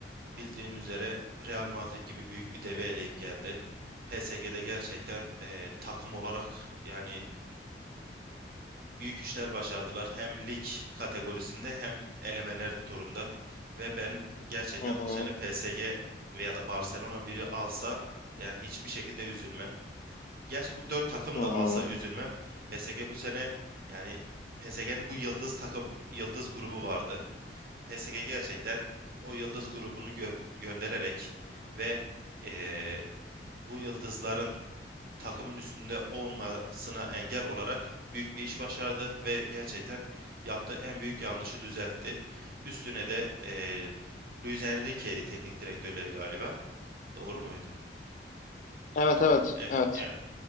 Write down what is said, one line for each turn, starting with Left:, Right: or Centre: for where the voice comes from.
Right: bildiğin üzere Real Madrid gibi büyük bir devi eleyip geldi. PSG'de gerçekten e, takım olarak yani büyük işler başardılar. Hem lig kategorisinde hem elemeler turunda. Ve ben gerçekten
Left: hı hı,
Right: bu sene PSG veya da Barcelona biri alsa yani hiçbir şekilde üzülmem. Gerçi bu dört takım
Left: hı hı.
Right: da alsa üzülmem. PSG bu sene yani PSG'nin bu yıldız takım yıldız grubu vardı. PSG gerçekten o yıldız grubunu gö- göndererek ve eee, bu yıldızların takımın üstünde olmasına engel olarak büyük bir iş başardı ve gerçekten yaptığı en büyük yanlışı düzeltti. Üstüne de eee Luis Enrique'ydi teknik direktörleri galiba. Doğru muydu?
Left: Evet evet
Right: Evet,
Left: evet.
Right: yani